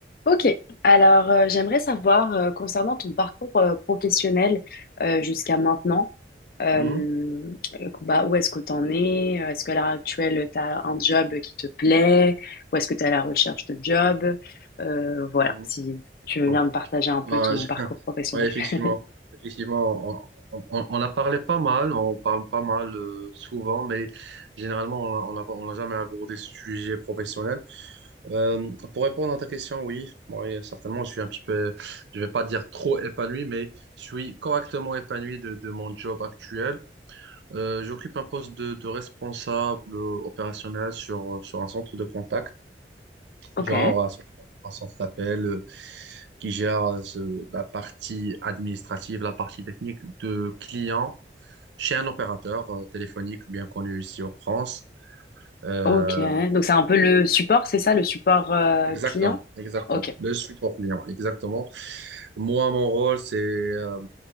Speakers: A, on the left; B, on the right.
A: Ok, alors euh, j'aimerais savoir euh, concernant ton parcours euh, professionnel euh, jusqu'à maintenant, euh,
B: Mhm.
A: euh, bah, où est-ce que tu en es? Euh, Est-ce qu'à l'heure actuelle, tu as un job qui te plaît? Ou est-ce que tu es à la recherche de job? Euh, voilà,
B: Mhm.
A: si tu veux
B: Bon.
A: bien me partager un peu
B: Ah,
A: ton
B: je- <laughs>
A: parcours professionnel.
B: ouais, effectivement,
A: <laughs>
B: effectivement, on, on, on- on a parlé pas mal, on parle pas mal euh, souvent, mais généralement, on n'a on a- on a jamais abordé ce sujet professionnel. Euh, pour répondre à ta question, oui, oui, certainement, je suis un petit peu, je vais pas dire trop épanoui, mais je suis correctement épanoui de, de mon job actuel. Euh, j'occupe un poste de, de responsable euh, opérationnel sur, sur un centre de contact.
A: Ok,
B: genre un centre d'app- un centre d'appel euh, qui gère euh, ce- la partie administrative, la partie technique de clients chez un opérateur euh, téléphonique bien connu ici en France. Euh,
A: ok, donc c'est un peu le support, c'est ça, le support euh,
B: exactement,
A: client?
B: exactement.
A: Ok,
B: Le support client, exactement. Moi, mon rôle, c'est euh,